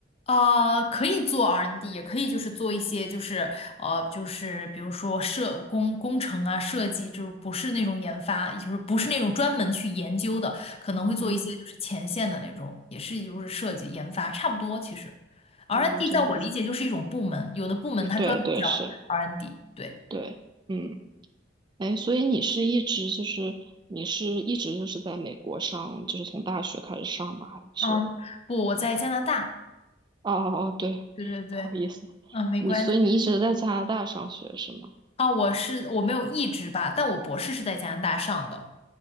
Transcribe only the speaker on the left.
呃，可以做 R&D，N 也可以就是做一些就是呃就是比如说设工工程啊设计，就是不是那种研发，就是不是那种专门去研究的，可能会做一些就是前线的那种，
也是就是设计研发差不多。其实 R&D
N 在我理解就是一种部门，有的部门它专门叫
R&D N。对，
嗯，不，我在加拿大，
对对对，
嗯，没关系。
啊，我是我没有一直吧，但我博士是在加拿大上的。